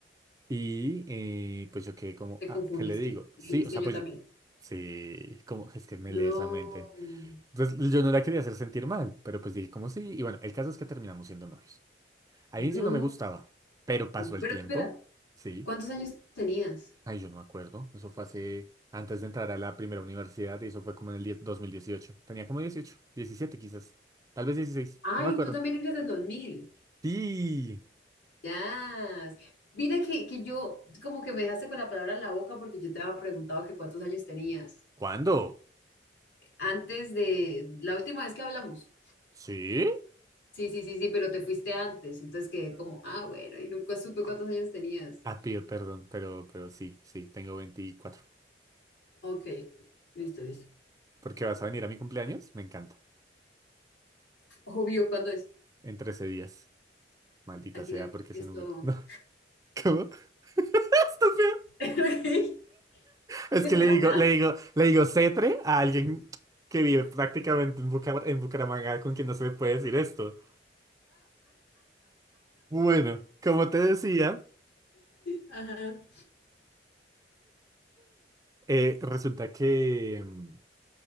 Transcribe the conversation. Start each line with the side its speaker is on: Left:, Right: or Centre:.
Right: y eh, pues yo quedé como,
Left: Te
Right: ah,
Left: confundiste.
Right: ¿qué le digo?
Left: Y
Right: Sí,
Left: dijiste
Right: o sea,
Left: yo
Right: pues
Left: también.
Right: yo, sí, como, es que me
Left: No,
Right: lees la mente. Entonces yo no la quería hacer sentir mal, pero pues dije como sí, y bueno, el caso es que terminamos siendo novios. Al
Left: no.
Right: inicio no me gustaba, pero pasó el
Left: Pero
Right: tiempo,
Left: espera,
Right: sí.
Left: ¿cuántos años tenías?
Right: Ay, yo no me acuerdo. Eso fue hace, antes de entrar a la primera universidad y eso fue como en el die- 2018. Tenía como 18, 17, quizás. Tal vez 16.
Left: Ay,
Right: No me acuerdo.
Left: tú también eres del dos mil,
Right: Sí.
Left: Ya. Mira que, que yo, como que me dejaste con la palabra en la boca porque yo te había preguntado que cuántos años tenías.
Right: ¿Cuándo?
Left: Antes de la última vez que hablamos.
Right: ¿Sí?
Left: Sí, sí, sí, sí, pero te fuiste antes. Entonces quedé como, ah, bueno, y nunca supe cuántos años tenías.
Right: Ah, pido perdón, pero, pero sí, sí, tengo 24.
Left: Ok, listo, listo.
Right: ¿Por qué vas a venir a mi cumpleaños? Me encanta.
Left: Obvio, ¿cuándo es?
Right: En 13 días. Maldita
Left: Aquí
Right: sea,
Left: la,
Right: porque
Left: esto.
Right: ese número. No. <laughs> ¿Cómo? <laughs> Estúpido.
Left: <laughs> Ok.
Right: Es
Left: <laughs>
Right: que le digo, le digo, le digo cetre a alguien que vive prácticamente en Bucar- en Bucaramanga con quien no se le puede decir esto. Bueno, como te decía,
Left: Ajá,
Right: eh, resulta que, mm,